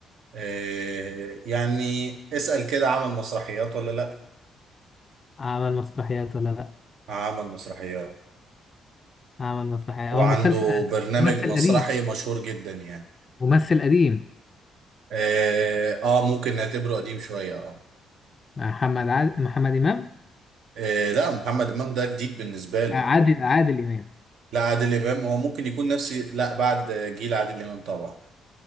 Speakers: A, on the right; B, on the left.
A: آه يعني اسال كده عمل مسرحيات ولا لا
B: عمل مسرحيات ولا لأ
A: عمل مسرحيات
B: عمل مسرحيات
A: وعنده
B: هو مسلسل آه،
A: برنامج
B: ممثل
A: مسرحي
B: قديم
A: مشهور جدا يعني
B: ممثل قديم
A: اه آه، ممكن نعتبره قديم شويه اه
B: محمد عادل محمد إمام
A: إيه لا محمد امام ده جديد بالنسبه له
B: آه، عادل عادل إمام
A: لا عادل امام هو ممكن يكون نفسي لا بعد جيل عادل امام طبعا